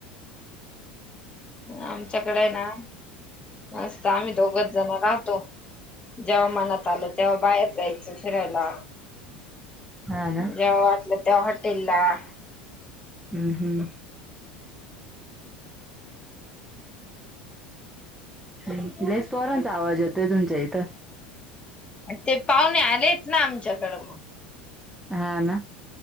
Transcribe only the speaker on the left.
आमच्याकडे आहे ना मस्त आम्ही दोघच जण राहतो जेव्हा मनात आलं तेव्हा बाहेर जायच फिरायला
जेव्हा वाटलं तेव्हा हॉटेल ला
ते पाहुणे आलेत ना आमच्याकडं मग